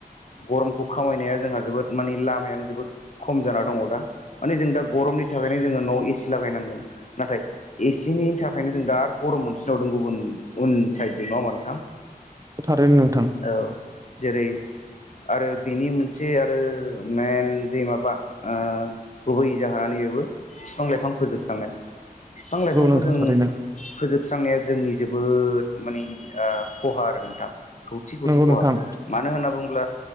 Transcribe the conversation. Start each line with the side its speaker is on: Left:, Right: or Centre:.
Left: गरमखौ खामायनाया जोंहा जोबोद माने लामायानो जोबोद खम जाना दङ' दा माने जों दा गरमनि थाखायनो जोङो न'वाव एसि ला गायनांदों नाथाय एसेनि थाखायनो जों दा आरो गरम मोनफिनबावदों गुबुन उन साइदजों नङा होमबा नोंथां।
Right: थारैनो नोंथां
Left: औ जेरै आरो बेनि मोनसे आरो मेन जे माबा ओ गुबै जाहोननो नैबेवबो फिफां लाइफां फोजोबस्रांनाय बिफां लाइफांखौ
Right: नंगौ नोंथां
Left: जों
Right: थारैनो
Left: फोजोबस्रांनाया जोंनि जोबो बोद माने ओ खहा आरो नोंथां खौथि खौथि
Right: नंगौ
Left: खहा
Right: नोंथां
Left: मानो होनना बुङोब्ला